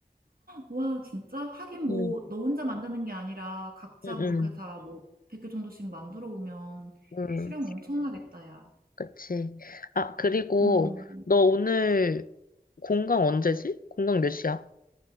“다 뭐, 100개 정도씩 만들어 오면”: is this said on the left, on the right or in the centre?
Right